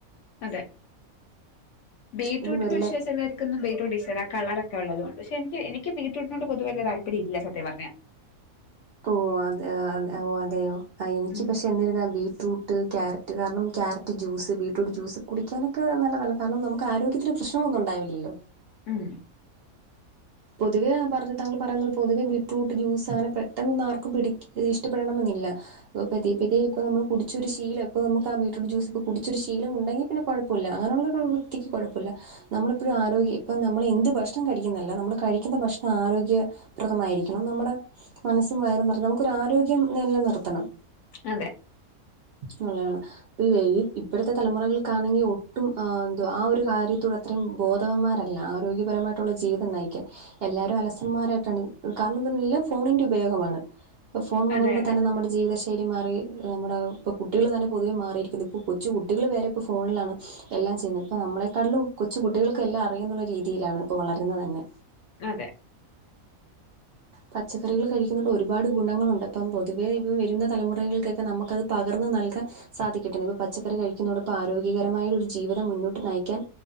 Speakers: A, on the left; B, on the right.
A: അതെ ബീട്രൂട്ടിന്
B: പിന്നെ വെള്ളെ
A: വിശേഷ ഒള്ള എല്ല എനക്ക് ഒന്നും ബീറ്റ്റൂട്ട് ഇഷ്ട്ട അല്ല ആ കളറൊക്കെ ഒള്ളത് കൊണ്ട് പക്ഷ എനിക്ക് എനിക്ക് ബീറ്റൂട്ടിനോട് പൊതുവെ വെല്യ താല്പര്യം ഇല്ല സത്യ പറഞ്ഞ
B: ഓ അത് ഓ അതെയോ എനിക്ക്
A: ഉം
B: പക്ഷെ എന്നിരുന്ന ബീറ്റ്റൂട്ട് ട്ട് ക്യാരറ്റ് കാരണം ക്യാരറ്റ് ജൂസ് ബീട്രൂട്ട്്ജൂസ് കുടിക്കാനൊക്കെ നല്ലതാണ് കാരണം നമുക്ക് ആരോഗ്യത്തിന് പ്രശ്നങ്ങളന്നും ഒണ്ടാവില്ലലോ
A: ഉം
B: പൊതുവേ പറഞ്ഞ താങ്കൾ പറയുന്ന പൊതുവേ ബീറ്റ്റൂട്ട് ജൂസ് അങ്ങനെ പേ ഇതൊന്നും ആർക്കും പിടി ഇഷ്ടടണമെന്നില്ല ഇപ്പ പതിയ പതിയ ഇപ്പ നമ്മൾ കുടിച്ച ഒരു ശീലം ഇപ്പ നമുക്ക് വീ ബീറ്റ്റൂട്ട് ജ്യൂസ് ഒക്കെ കുടിച്ചൊരു ശീലം ഉണ്ടങ്കിൽ പിന്നെ കൊഴപ്പോല്ല അങ്ങനുള്ളൊരു വ്യക്തിക്ക് കൊഴപ്പോല്ല നമ്മളെപ്പോഴും ആരോഗ്യം ഇപ്പ നമ്മള് എന്ത് ഭക്ഷണം കഴിക്കുന്നല്ല നമ്മള് കഴിക്കുന്ന ഭക്ഷണം ആരോഗ്യ പ്രദമായിരിക്കണം നമ്മുടെ മനസ്സും വയറും നിറഞ്ഞ് നമുക്കൊരു ആരോഗ്യം നില നിർത്തണം
A: അതെ
B: നല്ലയാണ് പി ഏയ്യ് ഇപ്പഴത്തെ തലമുറകൾക്കാണെങ്കിൽ ഒട്ടും ആ എന്ത ആ ഒരു കാര്യത്തോട് അത്രയും ബോധവന്മാരല്ല ആരോഗ്യ പരമായിട്ടുള്ള ജീവിതം നയിക്കാൻ എല്ലാരും അലസന്മാരായിട്ടാണ് കാരണം എല്ലാം ഫോണിന്റെ ഉ ഉപയോഗമാണ് ഫോൺ വന്നതോടെ
A: അതെ അതെ
B: തന്നെ നമ്മട് ജീവിതശൈലി മാറി നമ്മുടെ ഇപ്പോ കുട്ടികൾ തന്നെ പൊതുവെ മാറിയിരിക്കുന്നത് ഇപ്പോൾ കൊച്ചു കുട്ടികള് വരെ ഇപ്പോൾ ഫോണിലാണ് എല്ലാം ചെയ്യുന്നു ഇപ്പൊ നമ്മളെക്കാളിലും കൊച്ചു കുട്ടികൾക്ക് എല്ലാം അറിയുന്നുള്ള രീതിയിലാണ് ഇപ്പ വളരുന്നത് തന്നെ.
A: അതെ
B: പച്ചക്കറികള് കഴിക്കുന്നോണ്ട് ഒരുപാട് ഗുണങ്ങളുണ്ട് ഇപ്പം പൊതുവെ ഇപ്പ വരുന്ന തലമുറകൾക്കക്കെ നമ്മുക്ക് അത് പകർന്ന് നൽകാൻ സാധിക്കട്ടെ ഇപ്പ പച്ചക്കറി കഴിക്കുന്നതോടൊപ്പം ആരോഗ്യകരമായൊരു ജീവിതം മുന്നോട്ട് നയിക്കാൻ